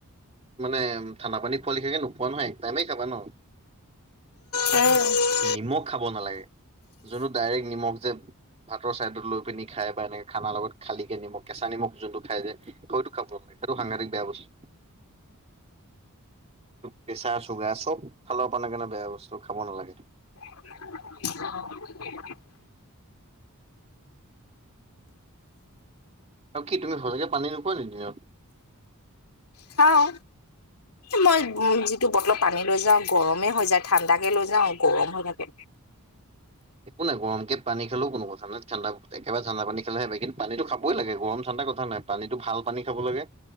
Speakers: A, on the right; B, on the left.
A: মানে ঠাণ্ডা পানী খোৱা লিখোকে নোখোৱা নহয়, এক টাইমেই খাবা ন।
B: উম।
A: নিমখ খাব নালাগে। যোনটো ডাইৰেক্ট নিমখ যে ভাতৰ চাইডত লৈ পিনি খাই বা এনেকে খানা লগত খালি। নিমখ, কেঁচা নিমখ যোনটো খায় যে সৈইটো খাব নালাগে সাংঘতিক বেয়া বস্তু। প্ৰেচাৰ চুগাৰ চব ফালৰ পা <unintelligible> বেয়া বস্তু খাব নালাগে।
B: <unintelligible> অ'।
A: অ', কি তুমি সঁচাকে পানী নোখোৱা নেকি দিনত?
B: খাও। মই উম যিটো বটলত পানী লৈ যাওঁ গৰমে হৈ যায়, ঠাণ্ডাকে লৈ যাওঁ গৰম হৈ থাকে।
A: একো নাই গৰমকে পানী খালেও কোনো কথা নাই, ঠাণ্ডা একেবাৰে ঠাণ্ডা পানী খালেহে বেয়া। কিন্তু পানী খাবই লাগে গৰম ঠাণ্ডা কথা নাই। পানীটো ভাল পানী খাব লাগে,